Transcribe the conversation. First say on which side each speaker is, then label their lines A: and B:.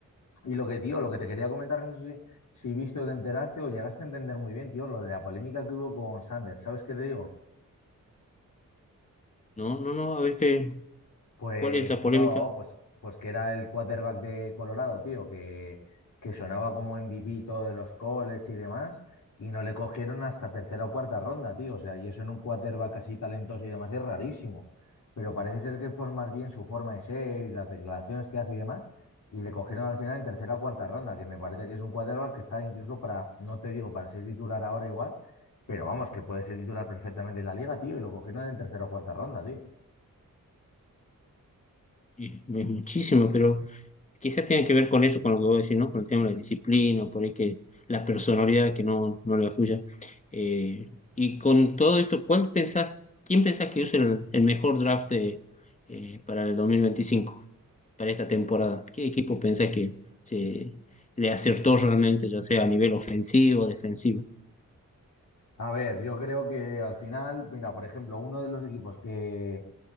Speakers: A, on the left (about 60°); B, on the left (about 20°).
A: Y lo que, tío, lo que te quería comentar, no sé si, si viste o te enteraste o llegaste a entender muy bien, tío, lo de la polémica que hubo con Sanders. ¿Sabes qué te digo?
B: No, no, no, a ver qué,
A: Pues
B: cuál es la polémica.
A: no, pues, pues que era el quarterback de Colorado, tío, que, que sonaba como MVP todo de los college y demás, y no le cogieron hasta tercera o cuarta ronda, tío. O sea, y eso en un quarterback así talentoso y demás es rarísimo. Pero parece ser que es por más bien su forma de ser y las declaraciones que hace y demás, y le cogieron al final en tercera o cuarta ronda, que me parece que es un quarterback que está incluso para, no te digo para ser titular ahora igual, pero vamos, que puede ser titular perfectamente en la liga, tío, y lo cogieron en tercera o cuarta ronda, tío.
B: Y- Es muchísimo, pero Quizás tenga que ver con eso, con lo que vos decís, ¿no? Con el tema de la disciplina, por ahí que la personalidad que no, no le afluya. Eh, y con todo esto, ¿cuál pensás, quién pensás que use el, el mejor draft de, eh, para el 2025 para esta temporada? ¿Qué equipo pensás que se, le acertó realmente, ya sea a nivel ofensivo, defensivo?
A: A ver, yo creo que al final, mira, por ejemplo, uno de los equipos que,